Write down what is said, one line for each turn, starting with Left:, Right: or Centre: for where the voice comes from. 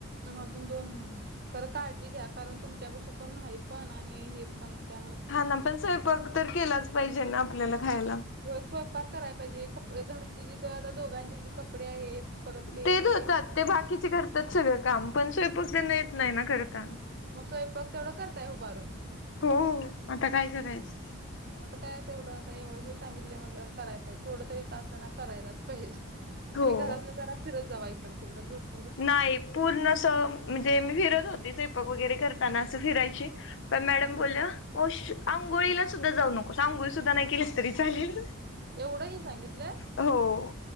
Right: अजून दोन महिने. खरं काळजी घ्या कारण तुमच्यापशी कोण नाही पण आणि हे पण त्या.
Left: हा ना पण स्वयंपाक तर केलाच पाहिजे ना आपल्याला खायला.
Right: होय स्वयंपाक कराय पाहिजे कपडे घरची जी द आता दोघांचे जे कपडे आहेत. परत ते
Left: तेच
Right: हे
Left: धुतात ते बाकीचे करतात सगळं काम पण स्वयंपाक त्यांना येत नाही ना करता.
Right: मग स्वयंपाक तेवढं करताय उभारून.
Left: हो हो आता काय करायचं?
Right: ह. आता काय तेवढं आता एवढं हे सांगितले म्हणलं कराय पाहिजे थोड तरी का असंना करायलाच पाहिजे.
Left: हो.
Right: आणि घरात न जरा फिरत जावा इकडं तिकडं झोप.
Left: नाही पूर्णस. म्हणजे मी फिरत होती स्वैपक वगैरे करताना असं फिरायची पण मॅडम
Right: हा
Left: बोलल्या. औष आंघोळीला सुद्धा जाऊ नकोस आंघोळी सुद्धा नाही केलीस तरी चालेल.
Right: एवढं ही सांगितलंय.
Left: हो